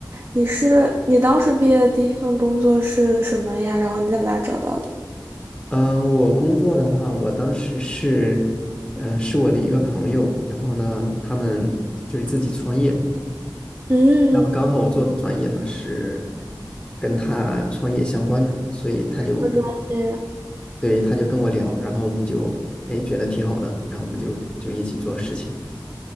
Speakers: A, on the right; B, on the left.
A: 你是你当时毕业的第一份工作是什么呀？然后你在哪找到的？
B: 嗯、呃我工作的话，我当时是，呃，是我的一个朋友，然后呢，他们就是自己创业，
A: 嗯，
B: 然后刚好我做的专业呢是
A: 什
B: 跟他创业相关的，所以他就
A: 么专业呀？
B: 对他就跟我聊，然后我们就哎觉得挺好的，然后我们就就一起做事情。